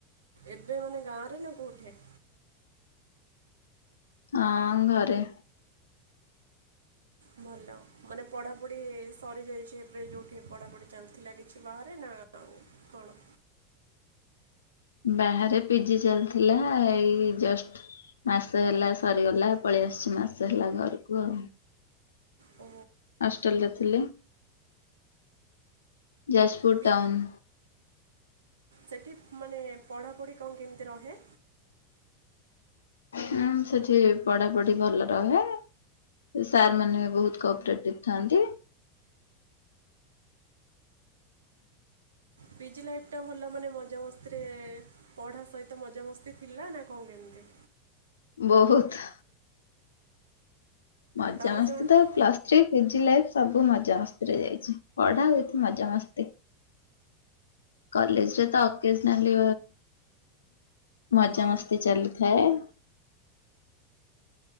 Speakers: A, on the right (about 80°); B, on the left (about 85°).
A: ଏବେ ମାନେ ଗାଁରେ ନା କୋଉଠେ?
B: ଆଁ ଘରେ।
A: ଭଲ ମାନେ ପଢ଼ାପଢ଼ି ସରିଯାଇଛି ଏବେ ଯେଉଁଠି ପଢ଼ାପଢ଼ି ଚାଲିଥିଲା କିଛି ବାହାରେ ନା କଣ?
B: ବାହାରେ ପିଜି ଚାଲିଥିଲା ଏଇ ଜଷ୍ଟ ମାସେ ହେଲା ସରିଗଲା ପଳେଇ ଆସୁଛି ମାସେ ହେଲା ଘରକୁ ଆଉ।
A: ଓ।
B: ଅଷ୍ଟେଲେରେ ଥିଲି ଯାଜପୁର
A: ପି
B: ଟାଉନୁ।
A: ସେଠି ମାନେ ପଢ଼ାପଢ଼ି କଣ କେମିତି ରହେ?
B: ହୁଁ ସେଠି ପଢାପଢି ଭଲ ରହେ। ସାର୍ ମାନେ ବହୁତୁ କପରେଟିଭ ଥାଆନ୍ତି।
A: ପିଜି ଲାଇଫି ଟା ଭଲ ମାନେ ମଜାମସ୍ତିରେ ପଢା ସହିତ ମଜାମସ୍ତି ଥିଲା ନା କଣ କେମିତି?
B: ବହୁତୁ। ମଜାମସ୍ତି
A: ତାହେଲେ ସେ ଗୋଟେ
B: ତ ପ୍ଲାସ୍ ପିଜି ଲାଇଫି ସବୁ ମଜାମସ୍ତିରେ ଯାଇଛି ପଢା ଉଇଥି ମଜାମସ୍ତି। କଲେଜରେ ତ ଏକେଜନାଲି ମଜା
A: ହଁ
B: ମସ୍ ସେ ଚାଲିଥାଏ।